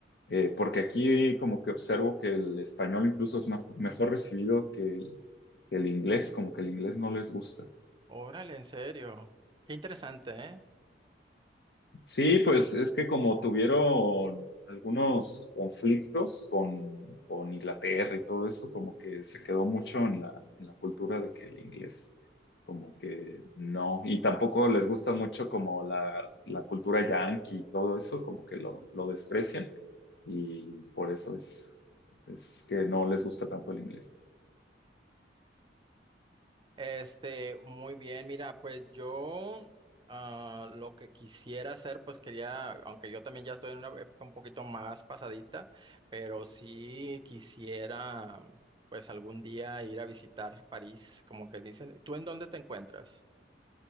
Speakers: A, on the left (about 60°); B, on the right (about 25°).
A: Eh, porque aquí como que observo que el español incluso es más- mejor recibido que el que el inglés, como que el inglés no les gusta.
B: Órale, en serio. Qué interesante, ¿eh?
A: Sí, pues es que como tuvieron algunos conflictos con, con Inglaterra y todo eso, como que se quedó mucho en la, en la cultura de que el inglés, como que no, y tampoco les gusta mucho como la, la cultura yankee y todo eso, como que lo, lo desprecian, y por eso es, es que no les gusta tanto el inglés.
B: Este, muy bien, mira, pues yo ah, lo que quisiera hacer, pues quería, aunque yo también ya estoy en una época un poquito más pasadita, pero sí quisiera, pues algún día ir a visitar París, como que dicen. ¿Tú en dónde te encuentras?